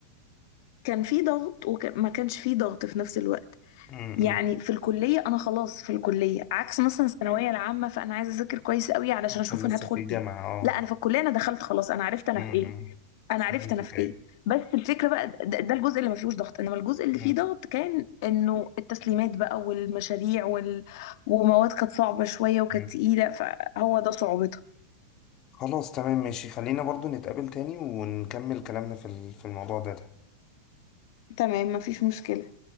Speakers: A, on the left; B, on the left.
A: كان في ضغط وما كانش في ضغط في نفس الوقت
B: امم
A: يعني في الكلية أنا خلاص في الكلية عكس مثلا الثانوية العامة فأنا عايزة أذاكر كويس قوي علشان
B: عشان
A: أشوف
B: لسه
A: أنا هدخل
B: في جامعه
A: إيه
B: اه
A: لا أنا في الكلية أنا دخلت خلاص أنا عرفت أنا
B: امم
A: في إيه أنا
B: فهمتك
A: عرفت أنا في
B: ايوه
A: إيه بس الفكرة بقى ده, ده الجزء اللي ما فيهوش ضغط إنما الجزء اللي
B: مم.
A: فيه ضغط كان إنه التسليمات بقى والمشاريع وال... ومواد كانت صعبة شوية وكانت
B: مم.
A: تقيلة فهو ده صعوبتها
B: خلاص تمام ماشي خلينا برضو نتقابل تاني ونكمل كلامنا في ال- في الموضوع ده
A: تمام ما فيش مشكلة